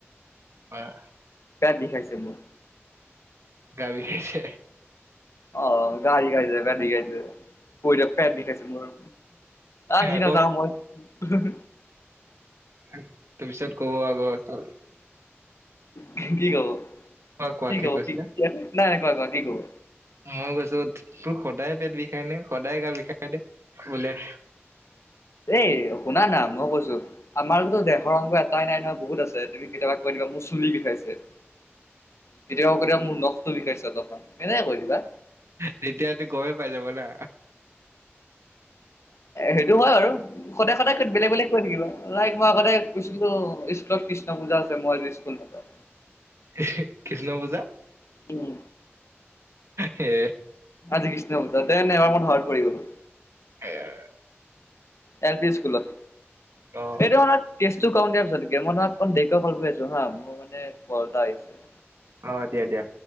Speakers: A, on the right; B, on the left.
A: হয়
B: পেত বিখাইছে মোৰ
A: গা বিখাইছে
B: অ গা বিখাইছে পেট বিখাইছে পৰিলে পেট বিষাইছে মোৰ আজি
A: আকৌ
B: না যাওঁ মই
A: তোৰ পিছত কব আকৌ তোৰ
B: উম কি কব
A: কোৱা কোৱা
B: কি কব
A: কৈছিলা?
B: কি নাই কোৱা কোৱা কি কব
A: মই কৈছো তোৰ সদায় পেট বিষাই নে সদায় গা বিষাই নে বোলে
B: এই শুনা না মই কৈছো আমাৰতো দেহৰ অংগ এটাই নাই নহয় বহুত আছে তুমি কেতিয়াবা কৈ দিবা মোৰ চুলি বিষাইছে কেতিয়াবা কেতিয়াবা মোৰ নখটো বিষাইছে ৰখা এনেই কৈ দিবা
A: তেতিয়াতো গমেই পাই যাব না
B: সেইটো হয় বাৰু সদায় সদায় বেলেগ বেলেগ কৈ থাকিবা লাইক মই আগতে কৈছিলো স্কুল স্কুলত কৃষ্ণ পূজা আছে মই আজি স্কুল নাযাওঁ
A: এ হে কৃষ্ণ পূজা
B: উম
A: হে
B: আজি কৃষ্ণা পূজা দে ন এবাৰ মই ধৰাত পৰি গোলো
A: সেয়ে
B: এল পি স্কুলত
A: অ
B: সেইটো সনত কেছ টো কম দিয়া পিছতে মই তোমাক অকণ দেৰিকে কৰা কৰি আছো হা মোৰ মানে কল এটা আহিছে
A: অ দিয়া দিয়া